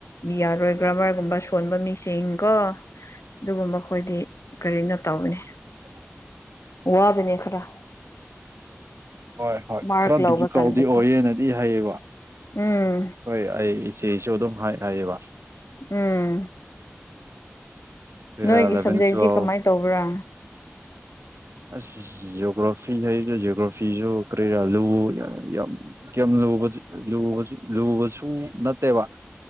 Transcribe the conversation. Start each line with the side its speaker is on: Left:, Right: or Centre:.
Left: ꯌꯥꯔꯣꯏ ꯒ꯭ꯔꯥꯃꯔꯒꯨꯝꯕ ꯁꯣꯟꯕ ꯃꯤꯁꯤꯡꯀꯣ ꯑꯗꯨꯕꯨ ꯃꯈꯣꯏꯗꯤ ꯀꯔꯤꯅꯣ ꯇꯧꯕꯅꯤ
Right: <unintelligible>
Left: ꯋꯥꯕꯅꯦ ꯈꯔ
Right: ꯍꯣꯏ ꯍꯣꯏ
Left: ꯃꯥꯔꯛ
Right: ꯈꯔ
Left: ꯂꯧꯕ
Right: ꯗꯤꯐꯤꯀꯥꯜꯗꯤ
Left: ꯀꯥꯟꯗꯀꯣ
Right: ꯑꯣꯏꯌꯦꯅꯗꯤ ꯍꯥꯏꯌꯦꯕ
Left: ꯎꯝ
Right: ꯍꯣꯏ ꯑꯩ ꯑꯦꯁꯨ ꯑꯗꯨꯝ ꯍꯥꯏ ꯍꯥꯏꯌꯦꯕ
Left: ꯎꯝ
Right: ꯀꯔꯤꯔꯥ
Left: ꯅꯣꯏꯒꯤ
Right: ꯑꯦꯂꯚꯦꯟ
Left: ꯁꯕꯖꯦꯛꯇꯤ
Right: ꯇꯨꯋꯦꯜꯕ
Left: ꯀꯃꯥꯏꯟ ꯇꯧꯕ꯭ꯔꯥ
Right: ꯑꯁ ꯖꯤꯑꯣꯒ꯭ꯔꯥꯐꯤ ꯍꯥꯏꯖꯨ ꯖꯤꯑꯣꯒ꯭ꯔꯥꯐꯤꯖꯨ ꯀꯔꯤꯔꯥ ꯂꯨ ꯌ ꯌꯥꯝ ꯀꯦꯝ ꯂꯨꯕꯖꯨ ꯂꯨꯕꯖꯨ ꯂꯨꯕꯁꯨ ꯅꯠꯇꯦꯕ